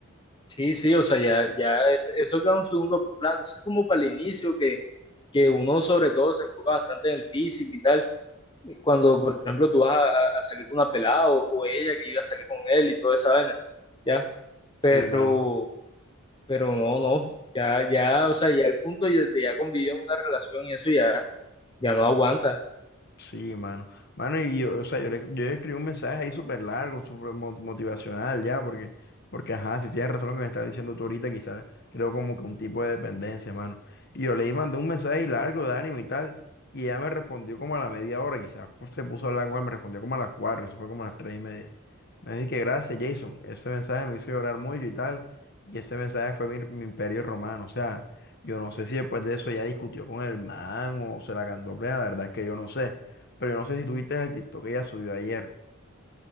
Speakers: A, on the left; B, on the left.
A: Sí, sí, o sea, ya, ya es- eso queda en un segundo plano, eso es como para el inicio que, que uno sobre todo se enfoca bastante en el físico y tal, cuando por ejemplo tú vas a, a- a salir con una pelada o, o ella que iba a salir con él y toda esa vaina, ya, pero,
B: Sí, mano.
A: pero no, no, ya, ya, o sea, ya el punto ya- de ya convivir en una relación y eso ya, ya no aguanta.
B: Sí, mano. Mano, y yo, o sea, yo le, yo le escribí un mensaje ahí súper largo, súper mo- motivacional ya, porque, porque, ajá, si tienes razón lo que me estás diciendo tú ahorita, quizás creo como que un tipo de dependencia, mano. Y yo le mandé un mensaje largo de ánimo y tal, y ella me respondió como a la media hora, quizás pues, se puso a hablar con él, me respondió como a las cuatro, eso fue como a las tres y media. Me dijo que gracias, Jason, ese mensaje me hizo llorar mucho y tal, y ese mensaje fue mi, mi imperio romano, o sea, yo no sé si después de eso ella discutió con el man o se la cantó plena, la verdad es que yo no sé. Pero yo no sé si tuviste el TikTok que ella subió ayer.